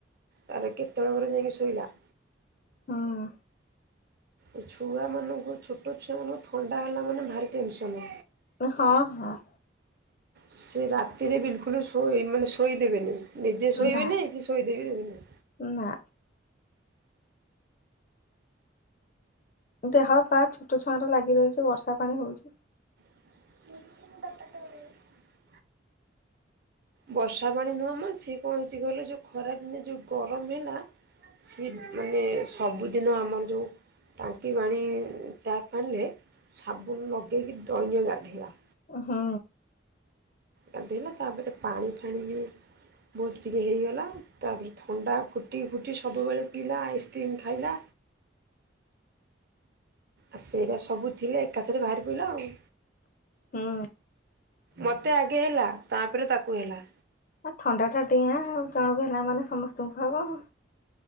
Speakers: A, on the right; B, on the left.
A: ତାର କେତେବେ ପରେ ଯାଇକି ଶୋଇଲା।
B: ହଁ।
A: ଏ ଛୁଆମାନଙ୍କୁ ଛୋଟ ଛୁଆମାନଙ୍କୁ ଥଣ୍ଡା ହେଲା ମାନେ ଭାରି ଟେନସନ୍।
B: ହଁ -ହଁ।
A: ସେ ରାତିରେ ବିଲକୁଲ ଶୋଇ ମାନେ ଶୋଇଦେବେନି ନିଜେ ଶୋଇବେନି
B: ନା
A: କି ଶୋଇଦେବେନି।
B: ନା। ଦେହ ପା ଛୋଟ ଛୁଆଁ ର ଲାଗି ରହିଛି ବର୍ଷା ପାଣି ହଉଛି।
A: <unintelligible> ବର୍ଷା ପାଣି ନୁହେଁ ମ ସିଏ କଣ ହେଉଛି କହିଲ ଯୋଉ ଖରା ଦିନେ ଯୋଉ ଗରମ ହେଲା। ସି ମାନେ ସବୁଦିନ ଆମର ଯୋଉ ଟାଙ୍କି ପାଣି ଟ୍ୟାପ ପାଣିରେ ସାବୁନ ଲଗେଇକି ଦଇନ ଗାଧୋଇଲା।
B: ଓ ହଁ।
A: ଟା ଦେଲେ ତାପରେ ପାଣି ଫାଣି ହ ବହୁତ ଟିକେ ହେଇଗଲା ତାପରେ ଥଣ୍ଡା ଫୁଟି ଫୁଟି ସବୁବେଳେ ପିଲା ଆଇସ୍କ୍ରିମ୍ ଖାଇଲା। ଆଉ ସେଇଟା ସବୁ ଥିଲା ଏକାଥରେ ବାହାରି ପଡ଼ିଲା ଆଉ।
B: ହୁଁ।
A: ମତେ ଆଗେ ହେଲା ତାପରେ ତାକୁ ହେଲା।
B: ଆ ଥଣ୍ଡାଟା ଡିଆଁ ଆଉ ଜଣକୁ ହେଲା ମାନେ ସମସ୍ତଙ୍କୁ ହେବ।